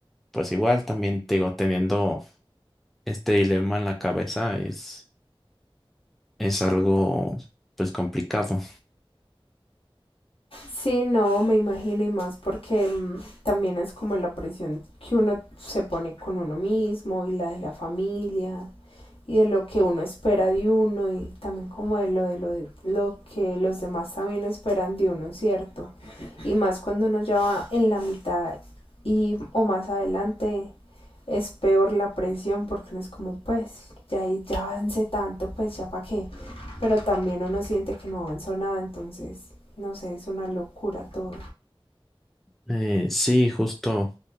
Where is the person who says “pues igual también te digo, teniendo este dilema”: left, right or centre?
Centre